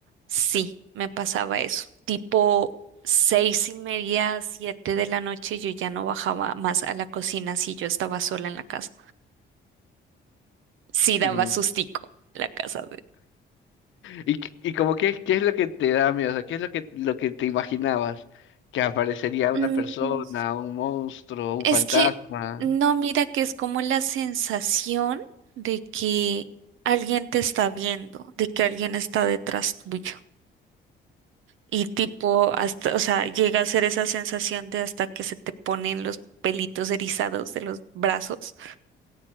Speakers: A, on the right; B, on the left.
A: sí, me pasaba eso. Tipo seis y media, siete de la noche, yo ya no bajaba más a la cocina si yo estaba sola en la casa. Sí daba
B: Mm.
A: sustico la casa de...
B: ¿Y, qué- y como qué, qué es lo que te da miedo? O sea, ¿qué es lo que, lo que te imaginabas? Que aparecería una
A: Mm.
B: persona, un monstruo, un
A: Es
B: fantasma.
A: que no mira que es como la sensación de que alguien te está viendo, de que alguien está detrás tuyo. Y tipo, hasta, o sea, llega a ser esa sensación de hasta que se te ponen los pelitos erizados de los brazos.